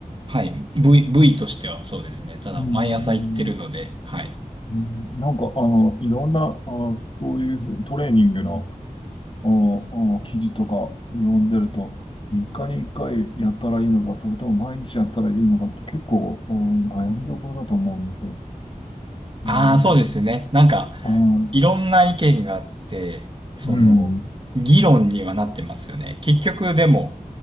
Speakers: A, on the right; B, on the left.
A: はい。部位、部位としてはそうですね。ただ毎朝行ってるので、
B: うん、
A: はい。
B: うんなんか、あの、いろんな、あ、そういうトレーニングの、あ、あ記事とか読んでると、3日に1回やったらいいのか、それとも毎日やったらいいのかって結構、うん、悩みどころだと思うんですよ。
A: ああ、
B: うん
A: そうですね。なんか、
B: ああ、うん、
A: いろんな意見があって、その、
B: うん、
A: 議論にはなってますよね。結局、でも、